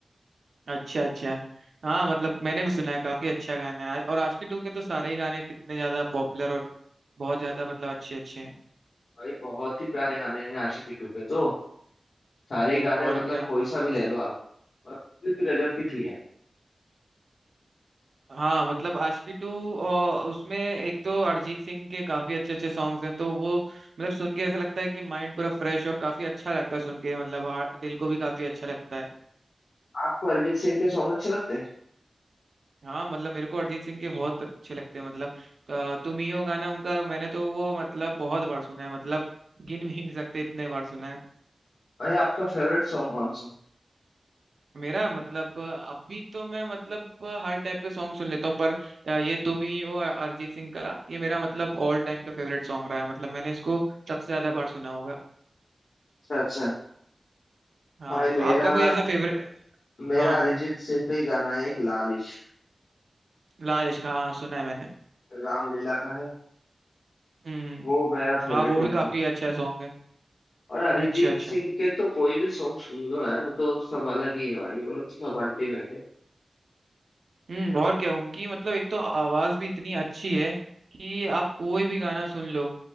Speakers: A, on the right; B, on the left.
A: अच्छा अच्छा हाँ मतलब मैंने भी सुना है काफी अच्छा गाना है और आशिकी टू के तो सारे ही गाने कितने ज्यादा पॉपुलर और बहुत ज्यादा मतलब अच्छे अच्छे हैं
B: भाई बहुत ही प्यारे गाने हैं आशिकी टू के तो सारे ही गाने
A: और
B: मतलब
A: क्या
B: कोई सा भी ले लो आप और फिर भी गजब की थी यार
A: हाँ मतलब आशिकी टू और उसमें एक तो अरिजीत सिंह के काफी अच्छे अच्छे सॉन्ग्स हैं तो वो मतलब सुन के ऐसा लगता है कि माइंड पूरा फ्रेश और काफी अच्छा लगता है सुन के मतलब हाँ, दिल को भी काफी अच्छा लगता है
B: आपको अरिजीत सिंह के सॉन्ग अच्छे लगते हैं
A: हाँ मतलब मेरे को अरिजीत सिंह के बहुत अच्छे लगते हैं मतलब अ, तुम ही हो गाना उनका मैंने तो वो मतलब बहुत बार सुना है मतलब गिन भी नहीं सकते इतने बार सुना है
B: भाई आपका फेवरेट सॉन्ग कौन सा है?
A: मेरा मतलब अभी तो मैं मतलब हर टाइप के सॉन्ग सुन लेता हूँ पर ये तुम ही हो अरिजीत सिंह का ये मेरा मतलब ऑल टाइम का फेवरेट सॉन्ग रहा है मतलब मैंने इसको सबसे ज्यादा बार सुना होगा
B: अच्छा अच्छा
A: हाँ
B: भाई मेरा
A: तो आपका कोई ऐसा फेवरेट
B: मेरा
A: हाँ
B: अरिजीत सिंह का ही गाना है एक लाल इश्क
A: लाल इश्क हाँ हाँ सुना है मैंने
B: रामलीला का है
A: हम्म हम्म,
B: वो मेरा फेवरेट
A: हाँ वो
B: है
A: भी काफी
B: भाई
A: अच्छा सॉन्ग है
B: और अरिजीत
A: अच्छा अच्छा
B: सिंह के तो कोई भी सॉन्ग सुन लो यार वो तो सब अलग ही है भाई वो तो सब अल्टीमेट है
A: हम्म और क्या उनकी मतलब एक तो आवाज भी इतनी अच्छी है कि आप कोई भी गाना सुन लो